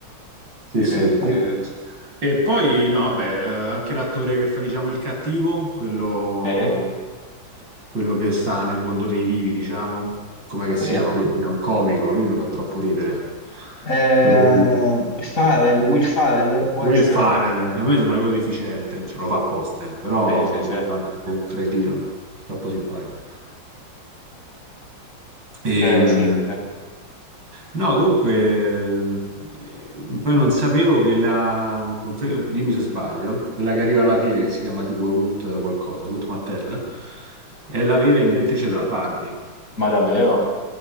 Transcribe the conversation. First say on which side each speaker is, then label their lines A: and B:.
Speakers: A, on the right; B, on the left.
A: Sì,
B: si
A: sì.
B: vede, si
A: E,
B: vede.
A: e poi, no, vabbè, eh, anche l'attore che fa, diciamo, il cattivo, quello
B: Sì,
A: quello che sta nel mondo dei vivi, diciamo, com'è che si
B: sì,
A: chiama? Quello che è un comico, lui mi fa troppo ridere.
B: Eh,
A: Quello di-
B: Farrell, Will Farrell, può
A: Will
B: essere?
A: Farrell, cioè, a me sembra proprio deficiente, cioè, lo fa apposta, eh, però
B: sì, sì,
A: dico,
B: sì.
A: guarda, è un cretino, troppo simpatico. Ehm,
B: Eh, sì, sì, sì.
A: no, comunque, ehm, eh, poi non sapevo che la, confer- dimmi se sbaglio, quella che arriva alla fine, che si chiama tipo Ruth qualcosa, Ruth Mattel, è la vera inventrice della Barbie.
B: Ma davvero?